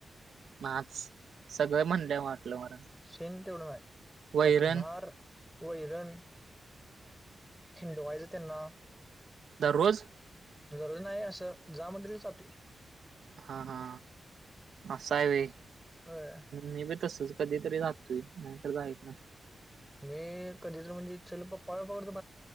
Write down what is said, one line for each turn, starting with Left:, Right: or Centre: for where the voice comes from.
Right: म आज सगळं म्हणले वाटलं मला.
Centre: शेन तेवढं नाय
Right: वैरण
Centre: बाकी धार, वैरन खिडव्हायचं त्यांना
Right: दररोज
Centre: जरूरी नाही असं जा मंडली चालतील.
Right: हा हा असा आहे वई.
Centre: होय
Right: मी बी तसेच कधी तरी राहतोय नाहीतर जाइत नाय.
Centre: मी कधी तर म्हणजे चल पप्पा <unintelligible> मम्मी